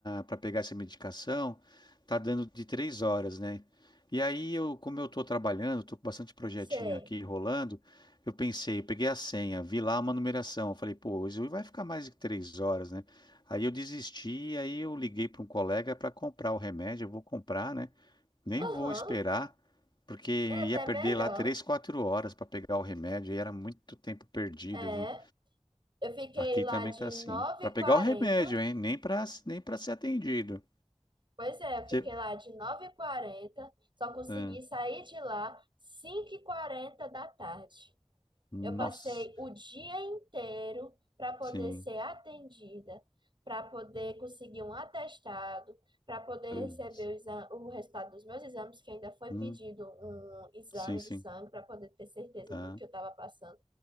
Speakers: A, on the left; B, on the right.
A: para pegar essa medicação tá dando de três horas, né? E aí eu, como eu tô trabalhando, tô com bastante projetinho
B: sei.
A: aqui rolando, eu pensei, eu peguei a senha, vi lá uma numeração, eu falei, pô, isso vai ficar mais de três horas, né? Aí eu desisti, aí eu liguei para um colega para comprar o remédio, eu vou comprar, né? Nem vou
B: Aham,
A: esperar, porque
B: é até
A: ia perder
B: melhor.
A: lá três, quatro horas para pegar o remédio, e era muito tempo perdido,
B: É,
A: viu?
B: eu fiquei
A: Aqui
B: lá
A: também
B: de
A: tá assim.
B: nove
A: Pra
B: h
A: pegar
B: 40
A: o remédio, hein? Nem pra nem para ser atendido.
B: Pois é, eu fiquei
A: Você-
B: lá de nove h 40 só consegui
A: Ah,
B: sair de lá cinco h 40 da tarde.
A: nossa,
B: Eu passei o dia inteiro para poder
A: sim.
B: ser atendida, para poder conseguir um atestado, para poder
A: Putz.
B: receber o, exa- o resultado dos meus exames, que ainda foi
A: Hum,
B: pedido um exame
A: sim, sim,
B: de sangue para poder ter certeza
A: tá.
B: do que eu estava passando.